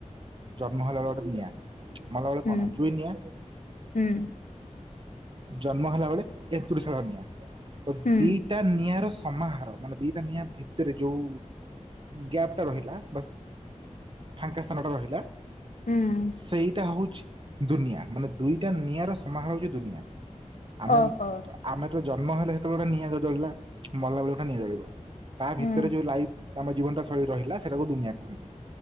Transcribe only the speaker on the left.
ହୁଁ
ହୁଁ
ହୁଁ
ହୁଁ
ଓହୋ।
ହୁଁ